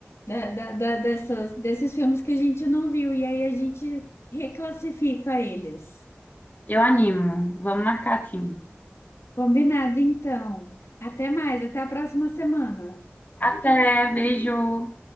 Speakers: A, on the left; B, on the left.
A: da, da- da- dessas, desses filmes que a gente não viu. E aí a gente reclassifica eles.
B: Eu animo. Vamos marcar sim.
A: Combinado, então. Até mais, até a próxima semana.
B: Até, beijo.